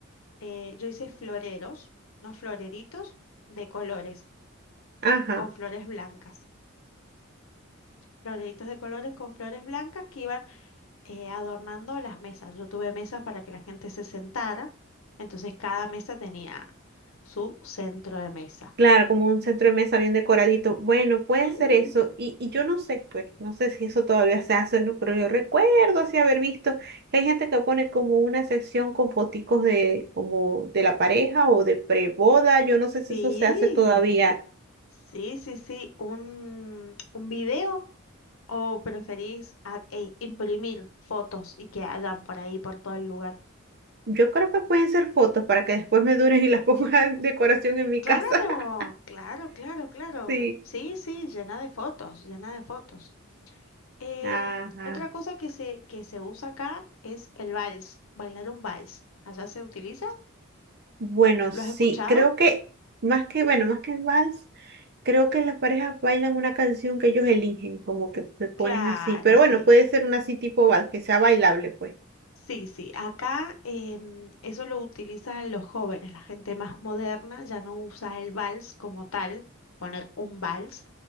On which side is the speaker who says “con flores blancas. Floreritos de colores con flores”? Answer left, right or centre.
Left